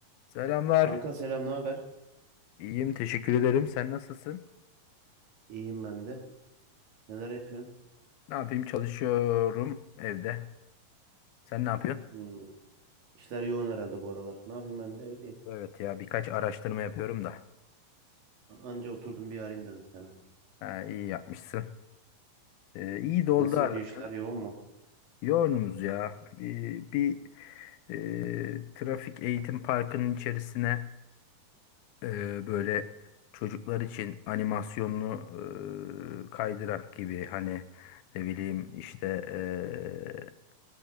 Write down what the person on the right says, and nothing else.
Kanka selam, ne haber?
İyiyim ben de. Neler yapıyorsun?
Hmm. İşler yoğun herhalde bu aralar. Ne yapayım ben de evdeyim.
A- Anca oturdum bir arayayım dedim sana.
Nasıl
gidiyor işler yoğun mu?